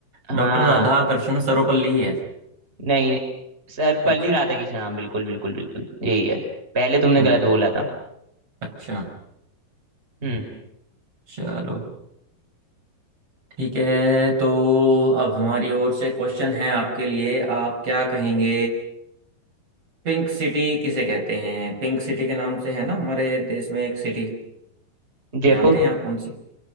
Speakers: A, on the right; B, on the right.
A: हाँ
B: डॉक्टर राधाकृष्ण सर्वपल्ली ही है
A: नहीं सर्वपल्ली
B: अच्छा
A: राधा किशन हाँ बिल्कुल बिल्कुल बिल्कुल यही है पहले तुमने
B: हम्म
A: गलत बोला था
B: अच्छा
A: हम्म
B: चलो ठीक है तो अब हमारी ओर से क्वेश्चन है आपके लिए आप क्या कहेंगे पिंक सिटी किसे कहते हैं पिंक सिटी के नाम से है ना हमारे देश में एक सिटी
A: जयपुर
B: जानते हैं आप कौन सी